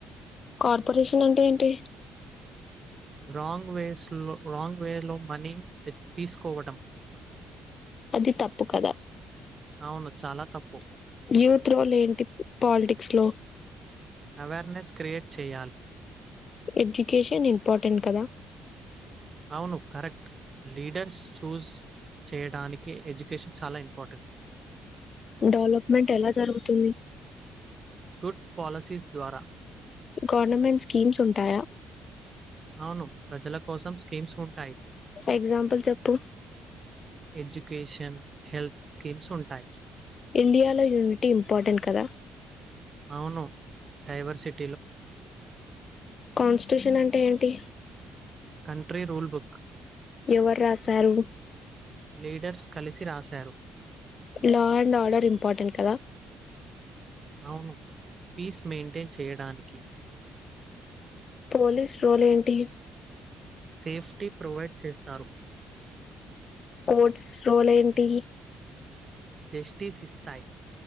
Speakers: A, on the left; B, on the right.
A: కార్పొరేషన్ అంటే ఏంటి
B: రాంగ్ వేస్ లో లాంగ్ వేర్ లో మనీ తె తీసుకోవటం
A: అది తప్పు కద
B: అవును. చాలా తప్పు.
A: యూత్ రోల్ ఏంటి పాలిటిక్స్ లో
B: అవార్నెస్ క్రియేట్ చెయ్యాల్
A: ఎడ్యుకేషన్ ఇంపార్టెంట్ కదా
B: అవును కరెక్ట్ లీడర్స్ చూస్ చేయడానికి ఎడ్జ్ కేషన్ చాలా ఇంపార్టెంట్
A: డెవలప్మెంట్ ఎలా జరుగుతుంది
B: గుడ్ పాలిసీస్ ద్వారా
A: గవర్నమెంట్ స్కీమ్స్ ఉ ంటాయా
B: అవును ప్రజల కోసం స్కీమ్స్ ఉంటాయి
A: ఎగ్జాంపుల్ చెప్పు
B: ఎడ్యుకేషన్ హెల్త్ స్కీమ్స్ ఉంటాయి
A: ఇండియాలో యూనిటీ ఇంపార్టెంట్ కదా
B: అవును డైవర్సిటీ
A: కాన్స్టిట్యూషన్ అంటే ఏంటి
B: కంట్రి రూల్ బుక్
A: ఎవరు రాశారు
B: లీడర్స్ కలిసి రాశారు
A: లా అండ్ ఆర్డర్ ఇంపార్టెంట్ కదా
B: అవును పీస్ మెయింటైన్ చేయడానికి
A: పోలీస్ రోల్ ఏంటి
B: సేఫ్టీ ప్రొవైడ్ చేస్తారు
A: కోట్స్ రోల్ ఏంటి
B: జెస్టీస్ ఇస్తాయి